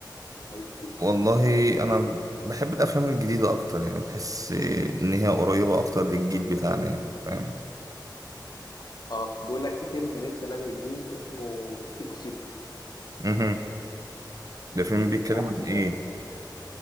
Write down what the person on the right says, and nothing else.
والله أنا بحب الأفلام الجديدة أكتر يعني بحس آه، إن هي قريبة أكتر للجيل بتاعنا يعني فاهم؟
مهم. ده فيلم بيتكلم
عن إيه؟